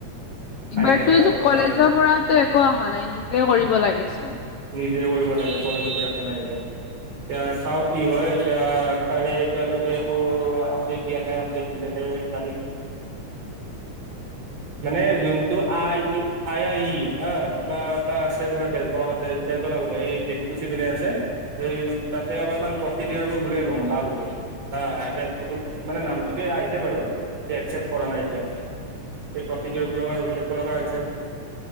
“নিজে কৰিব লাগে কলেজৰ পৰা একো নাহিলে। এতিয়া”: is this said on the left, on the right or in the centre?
Right